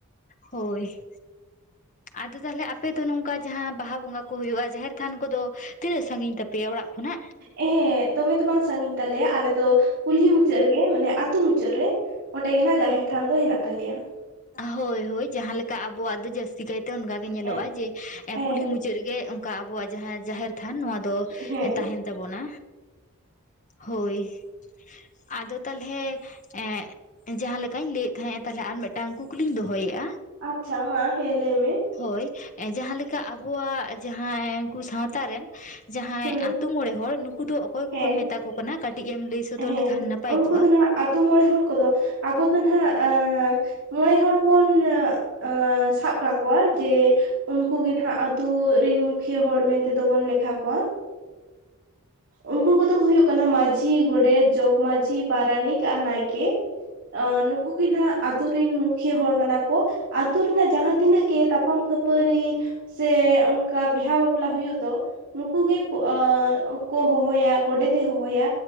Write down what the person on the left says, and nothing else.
ᱦᱳᱭ᱾ ᱟᱫᱚ ᱛᱟᱦᱚᱞᱮ ᱟᱯᱮᱚ ᱫᱚ ᱱᱚᱝᱠᱟ ᱡᱟᱦᱟᱸ ᱵᱟᱦᱟ ᱵᱚᱸᱜᱟ ᱠᱚ ᱦᱩᱭᱩᱜᱼᱟ, ᱡᱟᱦᱮᱨ ᱛᱷᱟᱱ ᱠᱚᱫᱚ ᱛᱤᱱᱟᱹᱜ ᱥᱟᱺᱜᱤᱧ ᱛᱟᱯᱮᱭᱟ ᱚᱲᱟᱜ ᱠᱷᱚᱱᱟᱜ?
ᱦᱳᱭ ᱦᱳᱭ ᱡᱟᱦᱟᱸ ᱞᱮᱠᱟ ᱟᱵᱚᱣᱟᱜ ᱫᱚ ᱡᱟᱹᱥᱛᱤ ᱠᱟᱭᱛᱮ ᱚᱱᱠᱟ ᱜᱮ ᱧᱮᱞᱚᱜᱼᱟ
ᱡᱮ ᱮ
ᱠᱩᱞᱦᱤ ᱢᱩᱪᱟᱹᱫ ᱨᱮᱜᱮ ᱚᱱᱠᱟ ᱟᱵᱚᱣᱟᱜ ᱡᱟᱦᱟᱸ ᱡᱟᱦᱮᱨ ᱛᱷᱟᱱ ᱱᱚᱣᱟ ᱫᱚ
ᱛᱟᱦᱮᱱ ᱛᱟᱵᱚᱱᱟ᱾ ᱦᱳᱭ ᱟᱫᱚ ᱛᱟᱦᱚᱞᱮ ᱮᱜ ᱡᱟᱦᱟᱸ ᱞᱮᱠᱟᱧ ᱞᱟᱹᱭᱮᱫ ᱛᱟᱦᱮᱸᱫ ᱛᱟᱞᱦᱮ ᱟᱨ ᱢᱤᱫᱴᱟᱝ ᱠᱩᱠᱞᱤᱧ ᱫᱚᱦᱚᱭᱮᱫᱼᱟ?
ᱦᱳᱭ ᱮᱸ ᱡᱟᱦᱟᱸ ᱞᱮᱠᱟ ᱟᱵᱚᱣᱟᱜ ᱡᱟᱦᱟᱸᱭ ᱩᱱᱠᱩ ᱥᱟᱶᱛᱟ ᱨᱮᱱ ᱡᱟᱦᱟᱸᱭ
ᱟᱛᱩ ᱢᱚᱬᱮ ᱦᱚᱲ ᱱᱩᱠᱩ ᱫᱚ ᱚᱠᱚᱭ
ᱢᱮᱛᱟ ᱠᱚ ᱠᱟᱱᱟ ᱠᱟᱹᱴᱤᱡ ᱮᱢ ᱞᱟᱹᱭ ᱥᱚᱫᱚᱨ
ᱞᱮᱠᱷᱟᱱ ᱱᱟᱯᱟᱭ
ᱠᱚᱜ-ᱟ᱾